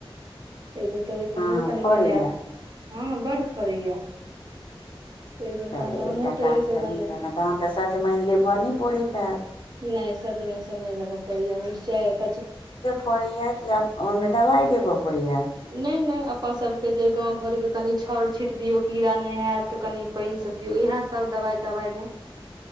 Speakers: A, on the right; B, on the left.
A: <inaudible> एक दिन टोर कऽ
B: हँ
A: हमहूँ कनी
B: फड़ैए
A: बनायब हँ बड्ड फड़ैए एक दिन
B: चलू
A: तहन तऽ
B: एकटा
A: हमहुँ तोर
B: काज
A: के
B: तऽ
A: बनेब
B: नहि केलहुँ तहन तऽ सजमन लेबऽ नहि पड़ैत हेतय
A: नहि सजमनि सब नहि लबय पड़ैया मिरचाई कचका
B: पड़ी या कि आब ओहिमें दवाई देबऽ पड़ी या
A: नहि नहि अपन सभके जे गाँव घर के कनि छाउर छीट दियौ कीड़ा नहि हत तऽ कनि पान जब दियो इएह सब दवाइ तवाइ नहि